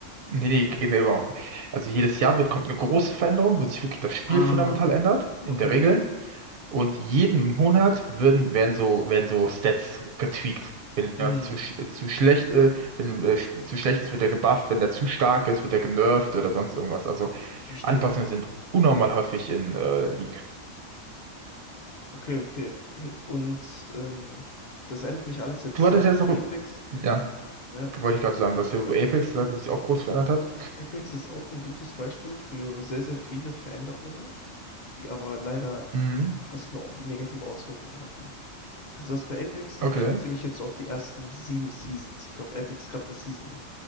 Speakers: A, on the right (about 55°); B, on the left (about 50°).
A: nee, nee, genau. Also jedes Jahr wird, kommt eine große Veränderung, wo sich wirklich das Spiel
B: Ah.
A: fundamental ändert, in
B: Okay,
A: der
B: okay.
A: Regel. Und jeden Monat würden, werden so, werden so Stats getweakt. Wenn
B: Hm,
A: jemand zu, sch- zu schlecht, äh, wenn, äh, sch- zu schlecht ist, wird er gebufft. Wenn der zu stark ist, wird er genervt oder sonst irgendwas. Also
B: ich verstehe.
A: Anpassungen sind unnormal häufig in, äh, League.
B: Okay, okay. Und ähm, das erinnert mich alles jetzt
A: Du hattest
B: sehr
A: jetzt
B: an
A: noch,
B: Apex,
A: ja,
B: ne?
A: wollte ich gerade sagen, du hast ja über
B: Weil
A: Apex gesagt, was sich auch kurz verändert hat.
B: Apex ist auch ein gutes Beispiel für sehr, sehr viele Veränderungen, die aber leider
A: Mhm.
B: fast nur negative Auswirkungen hatten. Also das bei Apex,
A: Okay.
B: ich beziehe mich jetzt so auf die ersten sieben Seasons. Ich glaube, Apex gerade bei Season